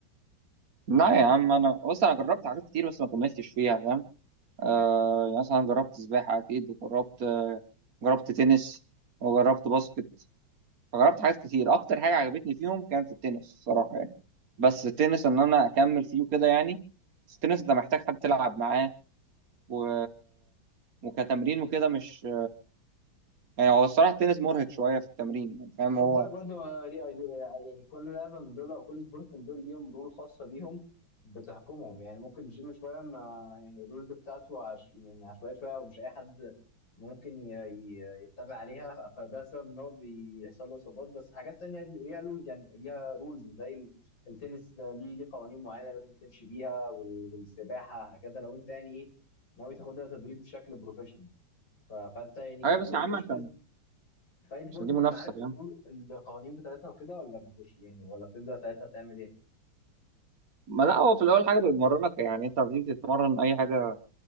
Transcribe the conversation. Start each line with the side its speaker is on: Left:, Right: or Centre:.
Right: لا يا عم انا بص انا جربت حاجات كتير بس ما كملتش فيها فاهم آه يعني مثلا جربت سباحه اكيد وجربت آه جربت تنس وجربت باسكت فجربت حاجات كتير اكتر حاجه عجبتني فيهم كانت التنس الصراحه يعني بس التنس ان انا اكمل فيه وكده يعني بس التنس ده محتاج حد تلعب معاه و... وكتمرين وكده مش يعني هو الصراحه التنس مرهق شويه في التمرين يعني فاهم
Left: بس خد
Right: هو
Left: بالك برضه آه، ليه- آه، يعني كل لعبه من دول او كل سبورت من دول ليهم رول خاصه بيهم بتحكمهم يعني ممكن الجيم شويه ما يعني الرولز بتاعته عش يعني عشوائيه شويه ومش اي حد ممكن ي- ي- يتبع عليها فده سبب ان هو بيحصل له اصابات بس حاجات تانية ليها رولز يعني ليها رولز زي ال- التنس ده ليه ليه قوانين معينه لازم تمشي بيها وال- والسباحه هكذا لو انت يعني ايه ناوي تاخدها تدريب بشكل بروفيشنال ف- فانت يعني
Right: ايوه
Left: قبل
Right: بس
Left: ما
Right: يا
Left: تخش
Right: عم عشان
Left: فايت بورت
Right: عشان دي
Left: بتكون
Right: منافسه
Left: عارف
Right: يعني
Left: الأمور- القوانين بتاعتها وكده ولا بتخش يعني ولا بتبدأ ساعتها تعمل ايه؟
Right: ما لا هو في الاول حاجه بتمرنك يعني انت لما بتيجي تتمرن اي حاجه